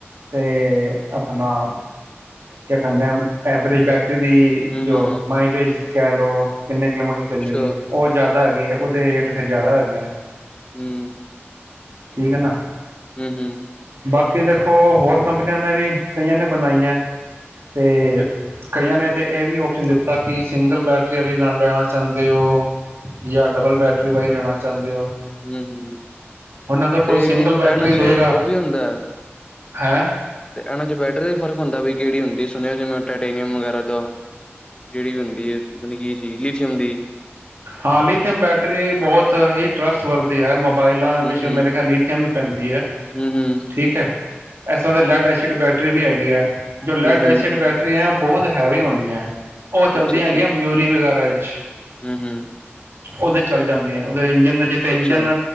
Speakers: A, on the right; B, on the left.
A: ਤੇ ਅਪ ਪਨਾ ਕਿਆ ਕਹਿੰਦਾ ਆ ਐਵਰੇਜ ਬੈਕ ਟਰੀ
B: ਹੂੰ
A: ਜੋ
B: ਹੂੰ
A: ਮਾਈਲੇਜ ਕੈ ਲੋ। ਕਿੰਨੇ ਕਿਲੋਮੀਟਰ
B: ਅੱਛਾ
A: ਚੱਲੇਗੀ। ਉਹ ਜ਼ਿਆਦ ਹੈ ਗਈ ਹੈ ਉਹਦੇ ਰੇਟ ਫੇਰ ਜਿਆਦਾ ਹੈਗੇ ਐ।
B: ਹਂ।
A: ਠੀਕ ਹੈ ਨਾ।
B: ਹਂ, ਹਂ।
A: ਬਾਕੀ ਦੇਖੋ ਹੋਰ ਕੰਪਨੀਆਂ ਨੇ ਵੀ ਕਈਆਂ ਨੇ ਬਣਾਈਆਂ। ਤੇ ਕਈਆਂ ਨੇ ਤੇ ਇਹ ਵੀ ਓਪਸ਼ਨ ਦਿੱਤਾ ਕਿ ਸਿੰਗਲ ਬੈਟਰੀ ਵਾਲੀ ਲ ਲੈਣਾ ਚਾਹੁੰਦੇ ਹੋ ਯਾ ਡਬਲ ਬੈਟਰੀ ਵਾਲੀ ਲੈਣਾ ਚਾਹੁੰਦੇ ਹੋ।
B: ਹਮ, ਹਮ
A: ਹੁਣ ਅਗਰ ਕੋਈ
B: ਤੇ
A: ਸਿੰਗਲ ਬੈਟਰੀ
B: ਇਹਨਾਂ ਚ
A: ਲਏਗਾ
B: ਉਹ ਵੀ ਹੁੰਦਾ ਐ
A: ਹੈਂ!
B: ਤੇ ਇਹਨਾਂ ਚ ਬੈਟਰ ਫਰਕ ਹੁੰਦਾ ਵੀ ਕਿਹੜੀ ਹੁੰਦੀ ਸੁਣਿਆ ਸੀ ਮੈਂ ਟਟੇਨੀਅਮ ਵਗੈਰਾ ਦਾ ਜਿਹੜੀ ਵੀ ਹੁੰਦੀ ਪਤਾ ਨਹੀਂ ਕੀ ਚੀਜ ਲਿਥਅਮ ਦੀ
A: ਹਾਂ ਲਿਥੀਅਮ ਬੈਟਰੀ ਬਹੁਤ ਹੀ ਟਰੱਸਟ ਵਰਦੀ ਹੈ ਬਾਇਲਾਂ
B: ਹੂੰ
A: ਵਿੱਚ
B: ਹੂੰ
A: ਮੇਰੇ ਖਿਆਲ ਲੀਥਮ ਵੀ ਪੈਂਦੀ ਐ,
B: ਹੂੰ ਹੂੰ
A: ਠੀਕ ਐ। ਇਸ ਤਰ੍ਹਾਂ ਦੇ ਲੈਡ ਏਸਿਡ ਬੈਡ ਰੀ ਵੀ ਹੈਗੀ ਐਂ, ਜੋ ਲੈਡ
B: ਹੂੰ ਹੂੰ
A: ਐਸਿਡ ਬੈਟਰੀ ਐ ਉਹ ਹੈ ਵੀ ਹੁੰਦੀਆਂ ਉਹ ਚਲਦੀਆਂ
B: ਅੱਛਾ-ਅੱਛਾ,
A: ਹੈਗੀਆਂ ਮਊਰੀ ਵਗੈਰਾ ਇੱਚ।
B: ਹੂੰ-ਹੂੰ,
A: ਉਹ ਤੇ ਚਲ ਜਾਂਦੀਆਂ। ਇੰਜਨ ਦਾ ਜਿੱਥੇ
B: ਅੱਛਾ-ਅੱਛਾ,
A: ਇੰਜਨ